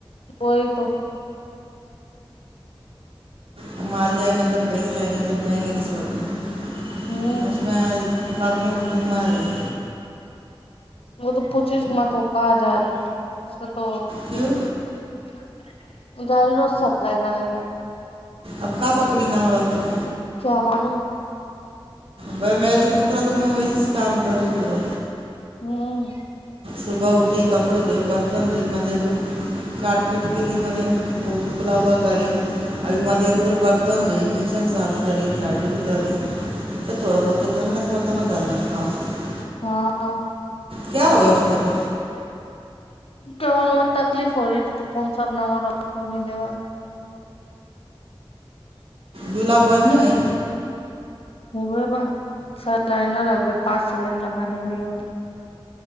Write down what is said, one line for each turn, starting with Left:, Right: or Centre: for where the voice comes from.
Left: کوئی تو
Right: ہم مال جائیں گا جب پیسے آئیں گے جب جائیں گے ریسورٹ
Left: ہمم
Right: میں <unintelligible> م بھی مارے <inaudible>
Left: وہ تو پوچھیس مت کہاں جا رہی اچا <inaudible> تو تو
Right: کیوں
Left: گڑ رست <unintelligible>
Right: اب کا پکڑ نہا ہو ڈاکاکٹر
Left: کیا معلوم
Right: بھائی میں تو دکھ رہا تھا میں وہی سے کام کر رہی پورا
Left: ہوں
Right: صبح اٹھی کپڑے دھوئی برتن دھوئی مد پ کاٹ پٹ کے دی مد پلاوا کری ا مد پورے برتن دھوئی کچن صاف کری جاڑ جڑ کری تھوڑا بہ تو کرنا پ کت میں گھر میں کام <unintelligible>
Left: ہاں
Right: کیا ہوگا ہوبھی
Left: کیا بہت تکلیف ہو رہی تھی تو کون سا نواں ڈاکٹر ملے ہوا
Right: جلہ بند نہیں ہے
Left: م ب س لائ نہ رگ رہ <unintelligible> پانچ سلن لگانے بولے ہو